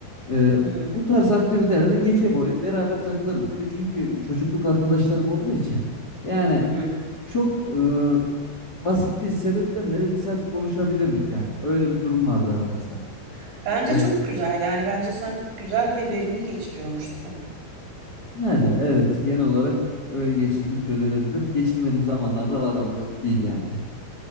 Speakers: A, on the left (about 20°); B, on the right (about 75°).
A: Ee,
B: Hı hı.
A: bu tarz aktivitelerde gece boyu beraber takılırdık. Bir de çünkü çocukluk arkadaşlarım olduğu için yani
B: Hı hı.
A: çok e, basit bir sebepten beri bir saat konuşabilirdik yani. Öyle bir durum vardı aramızda.
B: Bence
A: Evet.
B: çok güzel yani bence sen güzel ve verimli geçiriyormuşsun.
A: Yani evet genel olarak öyle geçirdiğim söylenebilir. Geçirmediğim zamanlar da var ama yok değil yani.